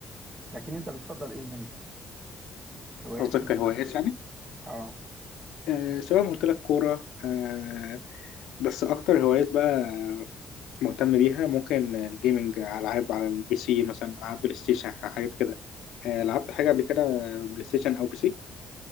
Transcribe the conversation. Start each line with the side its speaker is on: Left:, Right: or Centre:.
Right: لكن انت بتفضل ايه انت هوايتك
Left: قصدك
Right: المفضلة
Left: كهوايات يعني
Right: اه
Left: آه سواء ما قلت لك كوره آه بس اكتر هوايات بقى مهتم بيها ممكن الجيمنج العاب على البي سي مثلا العاب بلاي ستيشن حاجات كده آه لعبت حاجه قبل كده بلاي ستيشن او بي سي